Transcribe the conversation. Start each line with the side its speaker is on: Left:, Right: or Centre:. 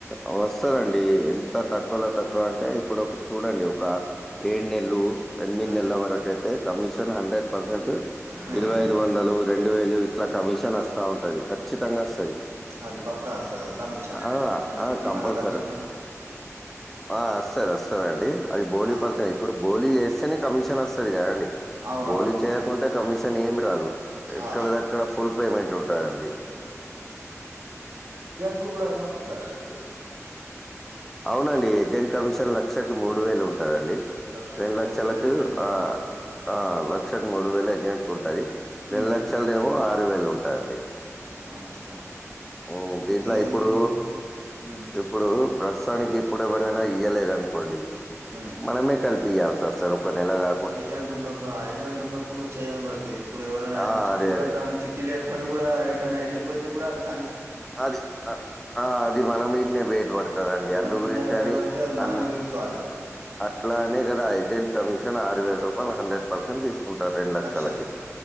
Centre: అవస్ ఇచ్చారండి ఎంత తక్కువలో తక్కువ అంటే ఇప్పుడు ఒకటీ చూడండి ఒక ఏడు నెలు ఎనిమిది
Right: మ్
Centre: నెల్ల వరకైతే కమిషన్ హండ్రెడ్ పర్సెంట్
Right: మ్
Centre: ఇరవై ఐదు వందలు రెండు వేలు ఇట్లా కమిషన్ వస్తా ఉంటది ఖచ్చితంగా వస్తది
Right: అది పక్కా వస్తది కమిషన్
Centre: ఆ!
Right: మన
Centre: ఆ!
Right: చిట్టి
Centre: కంపల్సరీ.
Right: మనకు వ
Centre: ఆ వస్తది వస్తదండి అది బోనీ
Right: ఆ
Centre: ప త్తాయి ఇప్పుడు బోలీ చేస్తేనే కమిషన్ వస్తది కదండి
Right: అవునవును
Centre: బోలి చేయకుంటే కమిషన్ ఏమి రాదు ఎక్కడ
Right: ఆ
Centre: ద ఇక్కడ ఫుల్ పేమెంట్ ఉంటాదండి
Right: ఇప్పుడు కూడా ఏమన్నా ఉంటదా అండి
Centre: అవునండి ఏజెంట్ కమిషన్ లక్షకి మూడు వేలు ఉంటదండి
Right: లక్షకు
Centre: రెండు లక్షలకు
Right: మూడు వేలు ఏజెంట్ ది
Centre: ఆ
Right: ఉంటాయి
Centre: ఆ లక్షకు మూడు వేలు ఏజెంట్ కు ఉంటాయి రెండు
Right: ఉమ్
Centre: లక్షలదేమో ఆరు వేలు ఉంటాయండి
Right: అచ్చా
Centre: ఉమ్,
Right: ఇప్పుడు
Centre: దీంట్లో
Right: మీద
Centre: ఇప్పుడు
Right: మూడు ఉ
Centre: ఇప్పుడు ప్రస్తుతానికి ఇప్పుడు ఎవరైనా ఇయలేదునుకోండి
Right: ఉమ్
Centre: మనమే కలిపి ఇయాల్సీ వస్తది ఒక నెల కా
Right: ఏజెంట్ ఉన్నప్పుడు ఆ ఏజెంట్ ఉన్నప్పుడు చేయని పడుతుంది ఇప్పుడు ఎవరైనా
Centre: ఆ,
Right: చిట్టిలు
Centre: అదే అదే
Right: కడతాని చిట్టి లేపుకొని కూడా ఏటైన్నా వెళ్ళిపోయితే కూడా దా
Centre: అది ఆ అది మనం మిదనే వేట్ పడత కదండి
Right: అది
Centre: అందు
Right: మన మీద
Centre: గురించి
Right: వేడబడితే
Centre: అని
Right: అది మనమే
Centre: అన్న
Right: చూసుకోవాలి అది
Centre: అట్లానే కదా ఏజెంట్ కమిషన్ ఆరు వేల రూపాయలు హండ్రెడ్ పర్సెంట్ తీస్ కుంటారు రెండు లక్షలకి
Right: లక్షకి